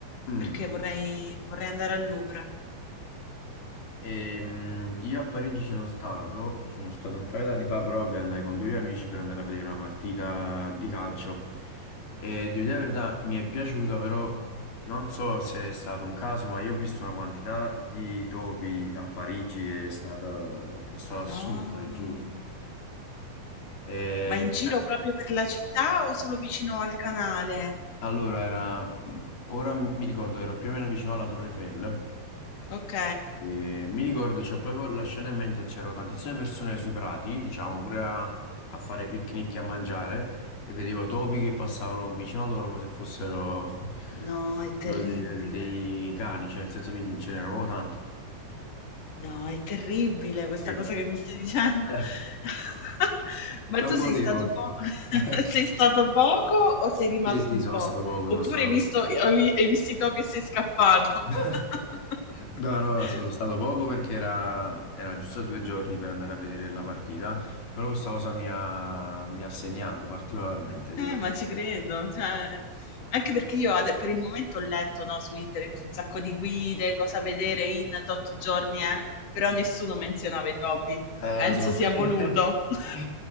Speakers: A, on the left (about 85°); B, on the left (about 45°).
A: Mm.
B: perché vorrei, vorrei andare al Louvre.
A: Ehm, io a Parigi sono stato, sono stato un paio d'anni fa, però vabbè, andai con due amici per andare a vedere una partita di calcio. E devo dire la verità, mi è piaciuta, però non so se è stato un caso, ma io ho visto una quantità di topi a Parigi che è stata, è stata assurda,
B: No.
A: ti giuro. E,
B: Ma in giro
A: <laughs>
B: proprio per la città o solo vicino al canale?
A: Allora, era, mh, ora mi ricordo, ero più o meno vicino alla Torre Eiffel
B: Ok.
A: e mi ricordo, c'ho proprio la scena in mente, c'erano tantissime persone sui prati, diciamo, pure a, a fare picnic e a mangiare e vedevo topi che passavano vicino a loro come se fossero, <laughs>
B: No, è
A: fossero
B: terribile.
A: de- dei, cani, cioè nel senso che ce n'erano proprio tanti.
B: No, è terribile questa
A: E-
B: cosa che mi stai dicendo.
A: <laughs>
B: <laughs> Ma
A: Non
B: tu sei
A: volevo.
B: stato po- <laughs>
A: <laughs>
B: sei stato poco o sei rimasto
A: Sì, sì,
B: un
A: sono
B: po'?
A: stato poco,
B: Oppure
A: sono stato...
B: hai visto, hai hai visto i topi e sei scappato?
A: No,
B: <laughs>
A: no, no, sono stato poco perché era, era giusto due giorni per andare a vedere la partita, però questa cosa mi ha, mi ha segnato particolarmente,
B: Eh,
A: dico.
B: ma ci credo, cioè anche perché io ade per il momento ho letto, no, su internet un sacco di guide, cosa vedere in tot giorni, eh, però nessuno menzionava i topi.
A: Eh,
B: Penso
A: lo so.
B: sia voluto.
A: <laughs>
B: <laughs>